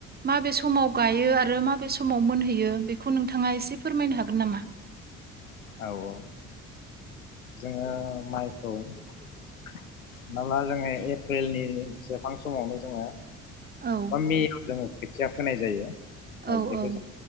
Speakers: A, on the right (about 25°); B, on the left (about 80°).
A: माबे समाव गायो आरो माबे समाव मोनहैयो बेखौ नोंथाङा एसे फोरमायनो हागोन नामा
B: औ औ जोङो माइखौ नङाब्ला जोङो एप्रिलनि जोबहां समावनो जोङो
A: औ
B: बा मेयाव जोङो खोथिया फोनाय जायो माइज्लिखौ
A: औ औ
B: जों